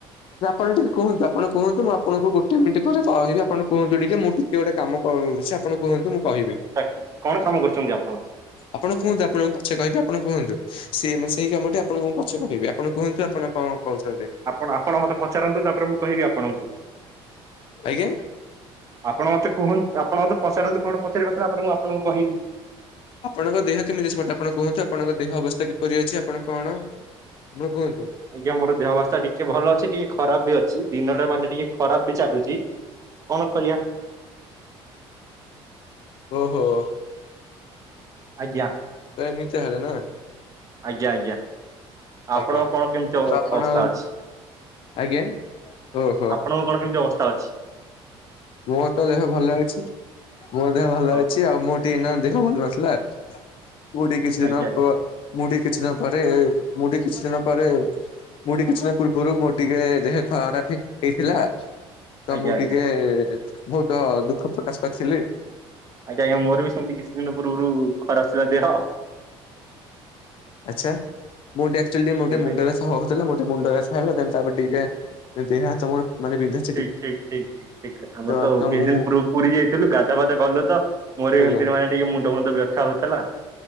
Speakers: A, on the left (about 55°); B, on the right (about 30°).
A: ନା ଆପଣ ଟିକେ କୁହନ୍ତୁ ଆପଣ କୁହନ୍ତୁ ମୁଁ ଆପଣଙ୍କୁ ଗୋଟେ ମିନିଟ ପରେ କହିବି ଆପଣ କୁହନ୍ତୁ ଟିକେ ମୁଁ କିଏ ଗୋଟେ କାମ କରୁଛି ଆପଣ କୁହନ୍ତୁ ମୁଁ କହିବି।
B: ତାକୁ କଣ କାମ କରୁଛନ୍ତି ଆପଣ?
A: ଆପଣ କୁହନ୍ତୁ ଆପଣଙ୍କୁ ମୁ ପଛେ କହିବେ ଆପଣ କୁହନ୍ତୁ ସେ ମାନେ ସେଇ କାମ ଟି ଆପଣଙ୍କୁ ପଛେ କହିବେ ଆପଣ କୁହନ୍ତୁ ଆପଣ କଣ କହୁଛନ୍ତି?
B: କଣ ଆପଣ ମତେ ପଚାରନ୍ତୁ ତାପରେ ମୁଁ କହିବି ଆପଣଙ୍କୁ?
A: ଆଜ୍ଞା
B: ଆପଣ ମତେ କୁହୁ ଆପଣ ମତେ ପଚାରନ୍ତୁ କଣ ପଚାରିବା କଥାପରେ ମୁଁ ଆପଣଙ୍କୁ କହିବି?
A: ଆପଣଙ୍କ ଦେହ କେମିତି ଅଛି ମତେ ଆପଣ କୁହନ୍ତୁ ଆପଣଙ୍କ ଦେହ ଅବସ୍ଥା କିପରି ଅଛି ଆପଣ କଣ? ଆପଣ କୁହନ୍ତୁ?
B: ଆଜ୍ଞା ମୋର ଦେହବସ୍ଥା ଟିକେ ଭଲ ଅଛି ଟିକେ ଖରାପ ବି ଅଛି ଦିନଟା ମାନେ ଟିକେ ଖରାପ ବି ଚାଲୁଛି। କଣ କରିବା?
A: ଓହୋ ହୋ
B: ଆଜ୍ଞା
A: ତ ଏମିତି ଚାହେଲେ ନାଁ
B: ଆଜ୍ଞା ଆଜ୍ଞା ଆପଣଙ୍କ
A: ଆଜ୍ଞା
B: କଣ କେମିତି
A: ତ ଆପଣ
B: ଅବସ୍ଥା
A: ଆଉ
B: ଅଛି?
A: ଆଜ୍ଞା ଓହୋ
B: ଆପଣଙ୍କ କଣ କେମିତି ଅବସ୍ଥା ଅଛି?
A: ମୋର ତ ଦେହ ଭଲ ଅଛି। ମୋ ଦେହ ଭଲ
B: ହଁ
A: ଅଛି ଆଉ ମୋ ଟିକେ ନା ଦେହ ଭଲ ନଥିଲା ମୁଁ ଟିକେ ସିନା
B: ଆଜ୍ଞା ଆଜ୍ଞା
A: ପ ମୁଁ ଠି କିଛି ଦିନ ପରେ ମୁଠି କିଛି ଦିନ ପରେ ମୁଁ ଟିକେ କିଛି ଦିନ ପୂର୍ବରୁ ମୋ ଟିକେ ଯେହ ଖରାପି ହେଇଥିଲା ତ
B: ଆଜ୍ଞା
A: ମୁଁ
B: ଆଜ୍ଞା
A: ଟିକେ ବହୁତ ଦୁଃଖ ପ୍ରକାଶ କରିଥିଲି।
B: ଆଜ୍ଞା ଆଜ୍ଞା ମୋର ବି ସେମିତି କିଛି ଦିନ ପୂର୍ବରୁ ଖରା ଆସୁଥିଲା ଦେହ
A: ଆଚ୍ଛା ମୁଁ ଟିକେ ଆକ୍ଚୁଆଲ ଟିକେ
B: ଏବେ
A: ମୁଣ୍ଡ ଅ ହଉଥିଲା ଗୋଟେ ମୁଣ୍ଡ ବେସା ହେଲାଇ ଗଲା ଦେନ ତାପରେ ଟିକେ <unintelligible> ତମର ମାନେ <unintelligible>
B: ଠିକ୍ ଠିକ ଠିକ। ଶିଖେ ଧାମତ
A: ତ ତ
B: ବେଢ଼ଙ୍ଗପୂର
A: ମୁଁ
B: ପୁରୀ ଯାଇଥିଲୁ ଗାଧା ପାଧ କଲୁ ତ ମୋର ବି
A: ଆଜ୍ଞା
B: ଏମିତି ଟିକେ ମୁଣ୍ଡ ଫୁଣ୍ଡ ବ୍ୟଥା ହଉଥିଲା।